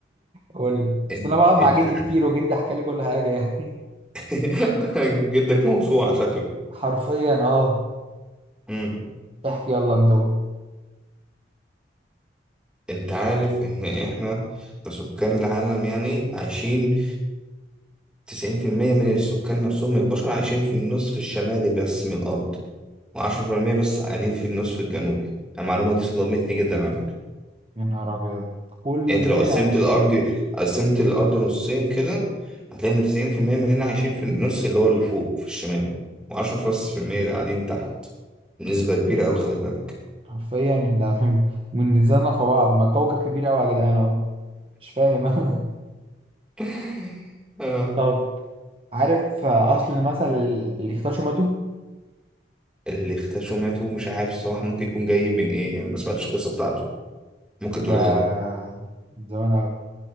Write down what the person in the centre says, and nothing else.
انت
انت
<laughs> جدك موسوعة شكله
امم
انت عارف ان احنا كسكان العالم يعني عايشين 90% من السكان نفسهم من البشر عايشين في النصف الشمالي بس من الارض و10% بس قاعدين في النصف الجنوبي المعلومة دي صدمتني جدا على فكرة
يعني انت لو قسمت
الارض
قسمت الارض نصين كده هتلاقي ان 90% مننا عايشين في النص اللي هو اللي فوق في الشمال و10% قاعدين تحت نسبة كبيرة أوي خلي بالك
<laughs> اه
اللي اختشوا ماتوا مش عارف الصراحة ممكن يكون جاي من ايه يعني ما سمعتش القصة بتاعته ممكن تقولها
لي